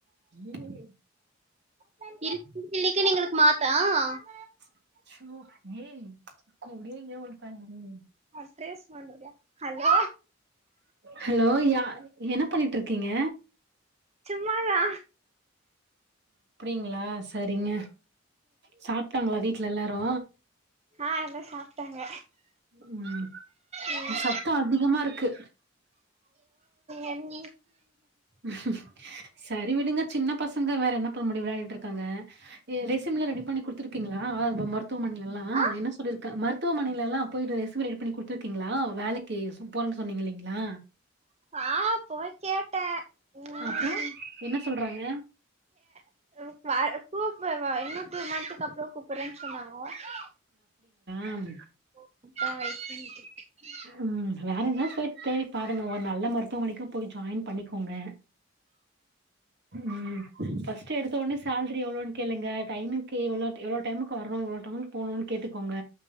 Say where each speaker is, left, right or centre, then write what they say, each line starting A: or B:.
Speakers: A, on the right; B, on the right.
A: ஏய்
B: <unintelligible>
A: <unintelligible>
B: ஸ்டேஸ் ஹலோ
A: ஹலோ யா என்ன பண்ணிட்டு இருக்கீங்க
B: சும்மாதா
A: ங்களா சரிங்க சாப்ட்டாங்களா வீட்ல எல்லாரு
B: ஆ எல்லா சாப்ட்டாங்க
A: உம்
B: ம்
A: சத்தோ அதிகமா இருக்கு
B: என்
A: ம் சரி விடுங்க சின்ன பசங்க வேற என்ன இப்ப முடி விளாடிட் இருக்காங்க எ ரெஸ்யுமில்ல ரெடி பண்ணி குடுத்துருக்கீங்களா அ மறுத் துமனையில்லா
B: ஆ
A: என்ன சொல்லிருக்கன் மருத்து துவமனையிலெல்லா போயிட்டு ரெஸ்யும் ரெடி பண்ணி குடுத்துருக்கீங்களா வேலைக்கு போறேன்னு சொன்னீங் இல்லீங்களா
B: ஆ போய் கேட்டே ம்
A: அப்றோ என்ன சொல்றாங்க
B: <unintelligible> ப்பூபேவா எனக்கு மடிக் அப்றோ கூப்பறே சொன்னங்க ஓகே
A: ஆம்
B: பாய்
A: ம் வேற எங்காச் போய் தேடி பாருங்க ஒரு நல்ல மருத்துவமனைக்கு போய் ஜாயின் பண்ணிக்கோங்க உம் <unintelligible> ஃபஸ்டு எடுத்த ஒன்னே சாலரி எவ்ளோனு கேளுங்க, டைமுக்கு எவ்ளோ, எவ்ளோ டைமுக்கு வரனு <inaudible> போனுனு கேட்டுக்கோங்க